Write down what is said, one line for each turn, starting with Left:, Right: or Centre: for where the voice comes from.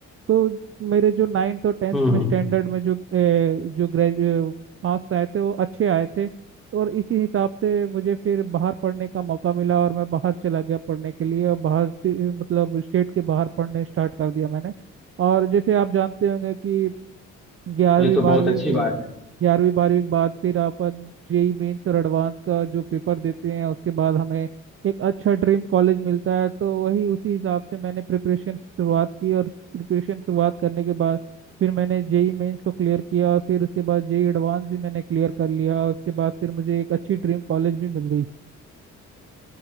Right: तो मेरे जो नाइन्थ और टेंथ
Centre: हम्म हम्म
Right: में स्टैंडर्ड में जो ए, जो ग्रेजुए मार्क्स आए थे वो अच्छे आए थे और इसी हिसाब से मुझे फिर बाहर पढ़ने का मौका मिला और मैं बाहर चला गया पढ़ने के लिए और बाहर ति- मतलब स्टेट के बाहर पढ़ने स्टार्ट कर दिया मैंने और जैसे आप जानते होंगे कि ग्यारहवीं
Centre: ये तो
Right: बारहवीं
Centre: बहुत अच्छी
Right: के
Centre: बात है
Right: ग्यारहवीं बारहवीं के बाद फिर अपन जेई मेंस और एडवांस का जो पेपर देते हैं उसके बाद हमें एक अच्छा ड्रीम कॉलेज मिलता है तो वही उसी हिसाब से मैंने प्रिपरेशन शुरुआत की और प्रिपरेशन शुरुआत करने के बाद फिर मैंने जेई मेंस को क्लियर किया और फिर उसके बाद जेई एडवांस भी मैंने क्लियर कर लिया और उसके बाद फिर मुझे एक अच्छी ड्रीम कॉलेज भी मिल गई